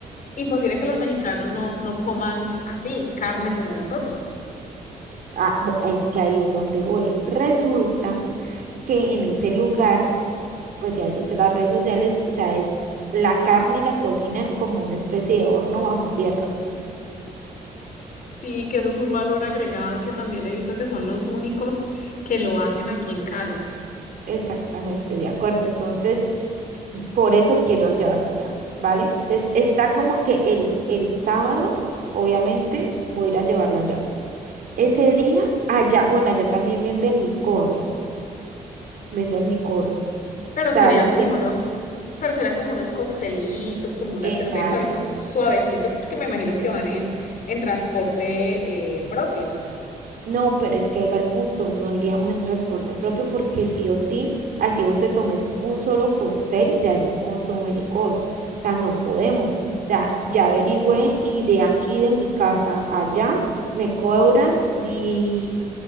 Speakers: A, on the left (about 65°); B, on the right (about 70°).
A: Imposible que los mexicanos no, no coman así, carne como nosotros.
B: ah, bu- es que ahí es donde voy. Resulta que en ese lugar, pues si has visto las redes sociales, o sea, es la carne la cocinan como una especie de horno bajo tierra.
A: Sí, que eso es un valor agregado que también he visto que son los únicos que lo hacen aquí en Cali.
B: Exactamente, de acuerdo. Entonces, por eso quiero llevarlo allá, ¿vale? Entonces, está como que el, el sábado, obviamente, voy a ir a llevarlo allá. Ese día, allá, bueno, allá también venden licor, venden licor. O
A: Pero
B: sea,
A: sería
B: la
A: como
B: que,
A: unos, pero sería como unos coctelitos, como una
B: exacto.
A: cerveza, algo suavecito, porque me imagino que
B: No,
A: van en, en transporte eh, propio.
B: No, pero es que ahí va el punto, no iríamos en transporte propio porque sí o sí, así vos te tomes un solo cóctel, ya es consumo de licor. O sea, no podemos. O sea, ya averigüé y de aquí de mi casa allá me cobran die-